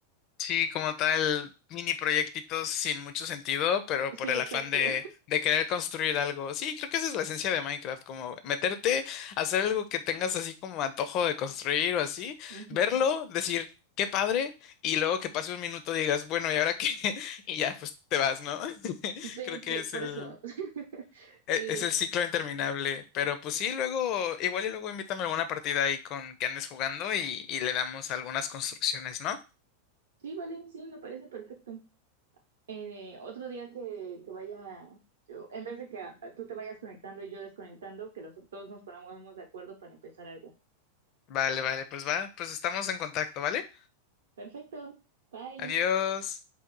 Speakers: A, on the left; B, on the right.
A: Sí, como tal, mini proyectitos sin mucho sentido, pero
B: Sí,
A: por el
B: exacto.
A: afán de, de querer construir algo. Sí, creo que esa es la esencia de Minecraft, como meterte, hacer algo que tengas así como antojo de construir o así,
B: <laughs> Ujú.
A: verlo, decir, qué padre, y luego que pase un minuto digas, bueno, ¿y ahora qué? <laughs> Y ya, pues te vas, ¿no? <laughs>
B: Sí,
A: Creo que
B: sí,
A: es
B: por
A: el,
B: eso. <laughs>
A: e-
B: Sí,
A: es el ciclo interminable. Pero pues sí, luego, igual y luego invítame a alguna partida ahí con que andes jugando y, y le damos algunas construcciones, ¿no?
B: sí, vale, sí, me parece perfecto. Eh, otro día que, que vaya, yo, en vez de que ah, tú te vayas conectando y yo desconectando, que los dos nos pongamos de acuerdo para empezar algo.
A: Vale, vale, pues va, pues estamos en contacto, ¿vale?
B: Perfecto, bye.
A: Adiós.